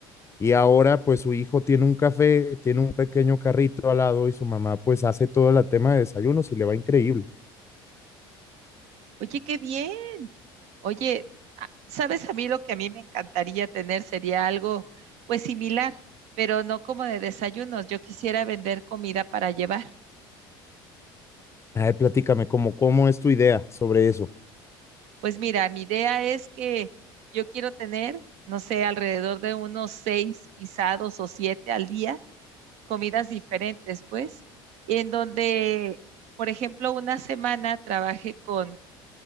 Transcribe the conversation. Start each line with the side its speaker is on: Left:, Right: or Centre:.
Left: Y ahora pues su hijo tiene un café, tiene un pequeño carrito al lado y su mamá pues hace todo el tema de desayunos y le va increíble.
Right: Oye, qué bien. Oye, a- ¿sabes? A mí lo que a mí me encantaría tener sería algo pues similar, pero no como de desayunos. Yo quisiera vender comida para llevar.
Left: Ay, platícame, ¿cómo, cómo es tu idea sobre eso?
Right: Pues mira, mi idea es que yo quiero tener, no sé, alrededor de unos seis, quizá dos o siete al día, comidas diferentes, pues, en donde, por ejemplo, una semana trabajé con